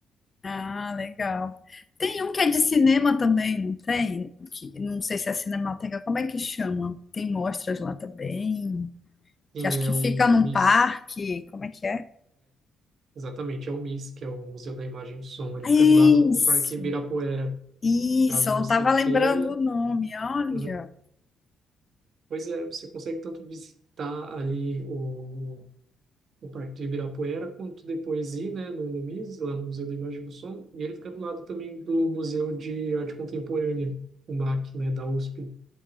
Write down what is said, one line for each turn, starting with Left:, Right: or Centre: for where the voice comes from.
Left: Ah, legal. Tem um que é de cinema também, não tem? Que, não sei se é Cinemateca, como é que chama? Tem mostras lá também.
Right: Sim,
Left: que acho
Right: é
Left: que
Right: o
Left: fica num
Right: MIS.
Left: parque, como é que é?
Right: Exatamente, é o MIS, que é o Museu da Imagem e do Som. Ele
Left: Ah,
Right: fica
Left: Isso,
Right: do lado do Parque Ibirapuera.
Left: isso,
Right: Caso
Left: eu
Right: você
Left: não estava
Right: queira,
Left: lembrando o nome, olha.
Right: uhum. Pois é, você consegue tanto visitar ali o, o Parque do Ibirapuera, quanto depois ir, né, no, no MIS, lá no Museu da Imagem e do Som. E ele fica do lado também do Museu de Arte Contemporânea, o MAC, né, da USP,